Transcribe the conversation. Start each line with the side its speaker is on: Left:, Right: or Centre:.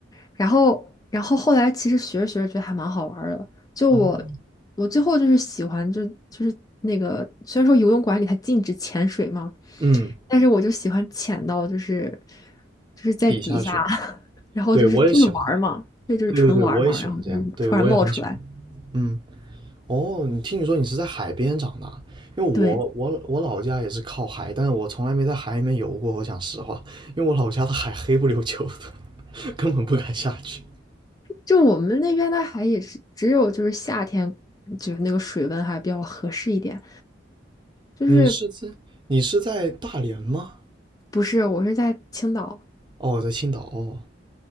Left: 然后然后后来其实学着学着觉得还蛮好玩儿的。就我，
Right: 哦，
Left: 我最后就是喜欢就就是那个，虽然说游泳馆里它禁止潜水嘛，
Right: 嗯，
Left: 但是我就喜欢潜到就是就是在底下，
Right: 底下去，
Left: <laughs> 然后就是就是玩儿嘛，
Right: 对我也喜欢，
Left: 对，就是纯玩儿嘛，
Right: 对对对，我也喜欢这样，
Left: 然后就是突然冒出来。
Right: 对我也很喜欢，嗯，哦，你听你说你是在海边长大，因为我我我老家也是靠海，
Left: 对，
Right: 但是我从来没在海里面游过，我讲实话，因为我老家的海黑不溜秋的，<laughs> 根本不敢下去。
Left: 就我们那边的海也是只有就是夏天，就是那个水温还比较合适一点。就是
Right: 你是在你是在大连吗？
Left: 不是我是在青岛，
Right: 哦，在青岛哦，